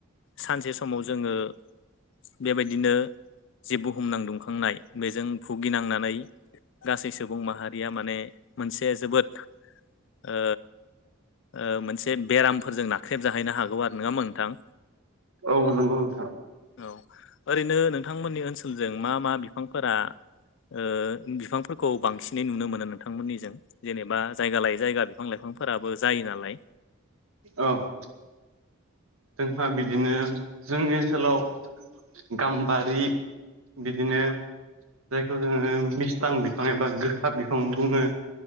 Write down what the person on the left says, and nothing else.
सानसे समाव जोङो बेबायदिनो जि बुहुम नांदुंखांनाय बेजों भुगिनांनानै गासै सुबुं माहारिया माने मोनसे जोबोद ओ ओ मोनसे बेरामफोरजों नाख्रेबजाहैनो हागौ आरो नङा होनबा नोंथां।
औ ओरैनो नोंथांमोननि ओनसोलजों मा मा बिफांफोरा ओ बिफांफोरखौ बांसिनै नुनो मोनोमोन। बिथांमोननिजों जेनेबा जायगा लायै जायगा बिफां लाइफांफोराबो जायो नालाय।